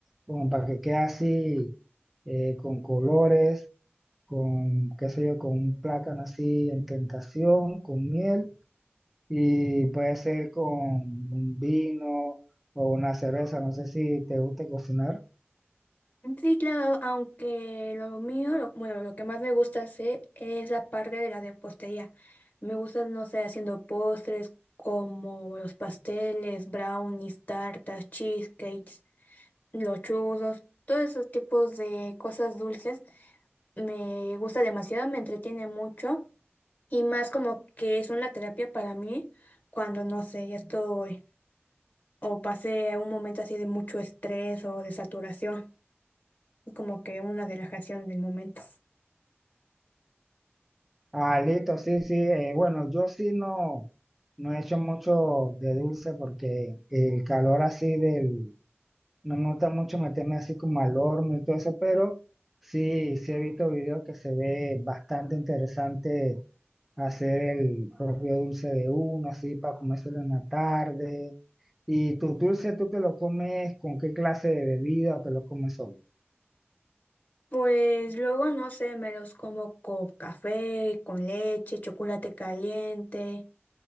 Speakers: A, in the centre; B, on the left.
A: como para que quede así eh, con colores, con qué sé yo, con un plátano así en tentación, con miel y puede ser con un vino o una cerveza, no sé si te guste cocinar.
B: Sí, claro, aunque lo mío, lo- bueno, lo que más me gusta hacer es la parte de la repostería. Me gusta, no sé, haciendo postres como los pasteles, brownies, tartas, cheesecakes, los churros, todos esos tipos de cosas dulces. me gusta demasiado, me entretiene mucho y más como que es una terapia para mí cuando no sé, ya estoy o pasé un momento así de mucho estrés o de saturación, como que una relajación del momento.
A: Ah, listo, sí, sí. eh, bueno, yo sí no, no he hecho mucho de dulce porque el calor así del... No me gusta mucho meterme así como al horno y todo eso, pero sí, sí he visto videos que se ve bastante interesante hacer el propio dulce de uno, así para comérselo en la tarde. ¿Y tus dulces tú te lo comes con qué clase de bebida o te lo comes solo?
B: Pues luego no sé, me los como con café, con leche, chocolate caliente.